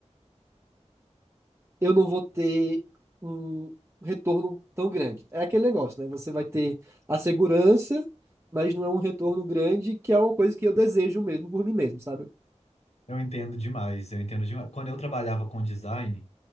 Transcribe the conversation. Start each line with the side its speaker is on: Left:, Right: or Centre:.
Right: eu não vou ter um retorno tão grande. É aquele negócio, né? Você vai ter a segurança, mas não é um retorno grande, que é uma coisa que eu desejo mesmo por mim mesmo, sabe?
Left: Eu entendo demais, eu entendo demais. Quando eu trabalhava com design,